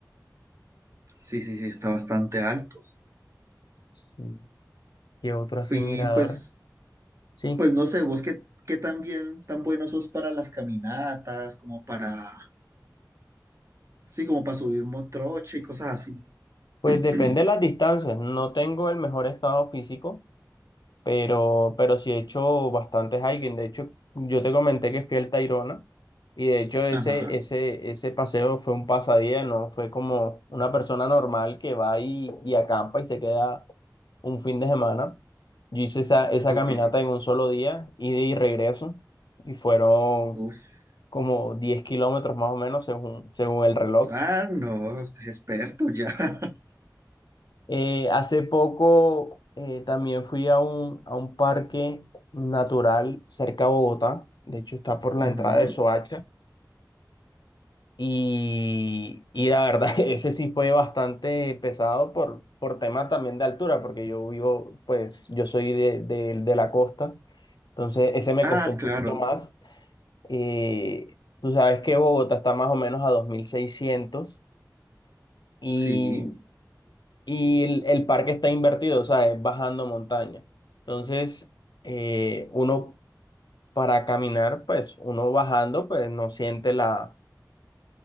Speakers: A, on the right (about 45°); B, on the left (about 80°).
A: Sí, sí, sí, está bastante alto.
B: Sí. ¿Qué otro así
A: Y
B: mirador?
A: pues,
B: Sí,
A: pues no sé, vos qué, qué tan bien, tan bueno sos para las caminatas, como para, sí, como para subir motrocho y cosas así.
B: pues
A: <clears throat>
B: depende de las distancias. No tengo el mejor estado físico, Pero, pero sí he hecho bastantes hiking. De hecho, yo te comenté que fui al Tayrona y de hecho ese,
A: Ajá,
B: ese, ese paseo fue un pasadía, no fue como una persona normal que va y, y acampa y se queda un fin de semana. Yo hice esa, esa
A: ok.
B: caminata en un solo día, ida y regreso, y fueron
A: Uf,
B: como 10 kilómetros más o menos según, según el reloj.
A: ah, no, usted es experto ya. <laughs>
B: Eh, hace poco eh, también fui a un, a un parque natural cerca a Bogotá, de hecho está por la
A: Ujú.
B: entrada de Soacha, y, y la verdad <laughs> ese sí fue bastante pesado por, por tema también de altura, porque yo vivo, pues yo soy de, de- de la costa, entonces ese me
A: Ah,
B: costó un
A: claro,
B: poquito más. Eh, tú sabes que Bogotá está más o menos a dos mil seiscientos Y
A: sí.
B: y el, el parque está invertido, o sea, es bajando montaña. Entonces, eh, uno para caminar, pues uno bajando, pues no siente la,